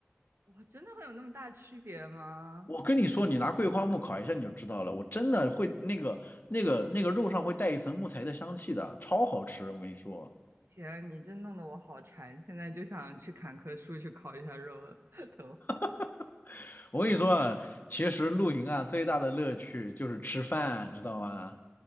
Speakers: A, on the right; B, on the left.
A: 哇，真的会有那么大区别吗？
B: 我跟你说，你拿桂花木烤一下你就知道了，我真的会那个那个那个肉上会带一层木材的香气的，超好吃。我跟你说，
A: 天，你这弄得我好馋，现在就想去砍棵树去烤一下肉了都。
B: <laughs> 我跟你说啊，其实露营啊最大的乐趣就是吃饭，知道吗？